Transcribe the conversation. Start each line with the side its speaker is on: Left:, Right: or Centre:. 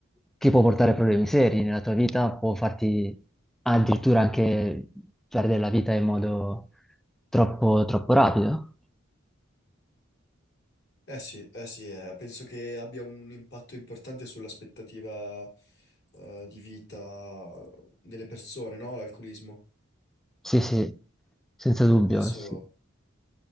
Centre: che può portare problemi seri nella tua vita, può farti addirittura anche perdere la vita in modo troppo, troppo rapido.
Left: eh sì, eh sì, eh, penso che abbia un impatto importante sull'aspettativa, eh, di vita delle persone, no? L'alcolismo.
Centre: Sì, sì, senza dubbio,
Left: Adesso
Centre: sì.